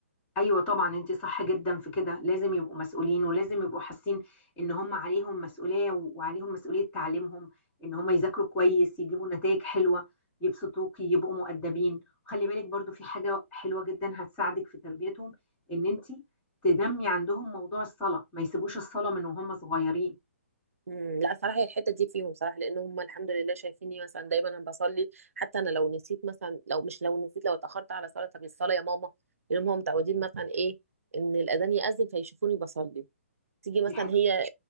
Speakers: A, on the left (about 20°); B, on the right (about 85°).
A: ايوه طبعا انت صح جدا في كده لازم يبقوا مسؤولين ولازم يبقوا حاسين ان هم عليهم مسؤوليه وعليهم مسؤوليه تعليمهم ان هم يذاكروا كويس يجيبوا نتائج حلوه يبسطوك يبقوا مؤدبين خلي بالك برضو في حاجه حلوه جدا هتساعدك في تربيتهم ان انت تنمي عندهم موضوع الصلاه ما يسيبوش الصلاه من وهم صغيرين
B: امم لا صراحه هي الحته دي فيهم صراحه لان هم الحمد لله شايفيني مثلا دايما انا بصلي حتى انا لو نسيت مثلا لو مش لو نسيت لو اتاخرت على صلاه طب الصلاه يا ماما لان هم متعودين مثلا ايه ان الاذان ياذن فيشوفوني بصلي تيجي مثلا
A: دي حاجه
B: هي